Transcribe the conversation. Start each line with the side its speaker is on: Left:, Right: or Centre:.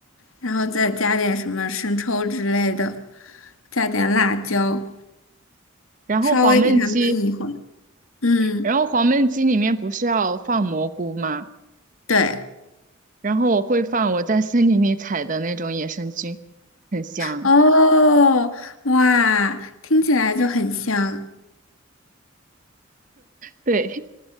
Left: 然后再加点什么生抽之类的，加点辣椒，
Right: 然后黄焖鸡，
Left: 稍微给它焖一会儿。嗯，
Right: 然后黄焖鸡里面不是要放蘑菇吗？
Left: 对，
Right: 然后我会放我在森林里采的那种野生菌，很香。
Left: 哦，哇，听起来就很香。
Right: 对。